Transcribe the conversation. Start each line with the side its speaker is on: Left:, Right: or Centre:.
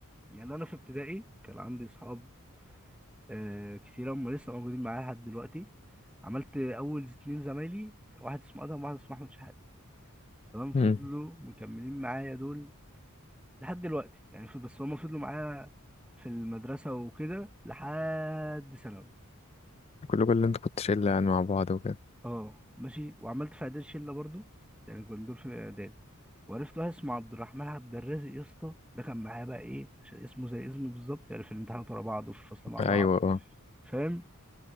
Centre: يعني انا في ابتدائي كان عندي اصحاب آه، كتير هم لسه موجودين معايا لحد دلوقتي عملت اول اتنين زمايلي واحد اسمه ادهم واحد اسمه احمد شحاته تمام فضلوا
Left: امم
Centre: مكملين معايا دول لحد دلوقتي يعني ف- بس هم فضلوا معايا في المدرسه وكده لحد ثانوي
Left: كل كل اللي انت كنت شله يعني مع بعض وكده
Centre: اه ماشي وعملت في اعدادي شله برضو يعني كنا دول في اعدادي وعرفت واحد اسمه عبد الرحمن عبد الرازق يا اسطى ده كان معايا بقى ايه عشان اسمه زي اسمه بالظبط يعني في الامتحانات ورا بعض وفي الفصل مع
Left: ايوه
Centre: بعض
Left: اه
Centre: فاهم